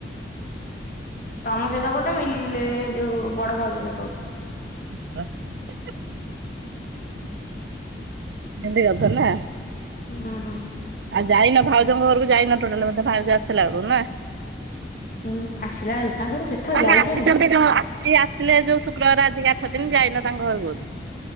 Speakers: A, on the left; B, on the right.
A: ତମ ସହିତ ଗୋଟେ ମିଲି ଲେ ଯୋଉ ବଡ ଭାଉଜ ସହିତ ଗୋଟେ।
B: ହ <unintelligible> ନି <unintelligible> ଦୀଗଦଲା
A: ହୁଁ।
B: ଯାଇନ ଭାଉଜଙ୍କ ଘରକୁ ଯାଇନ ଟୋଟାଲ ବଧେ ମ ଭାଉଜ ଆଶ୍ ତଲା ଳୁନା
A: ହୁଁ ଆସିଲା ବେଳୁ ତାଙ୍କର କେତେଥର
B: ମାନେ
A: ଯାଇଛି
B: ଆସିଚନ୍ତି
A: ଜାଣିଛ?
B: ଯୋଉ ଆସ ଆସିଲେ ଯୋଉଶ୍ କ୍ରର ଆଧିକା ଆଠ ଦିନ ଯାଇନ ତାଙ୍କ ଘରକୁ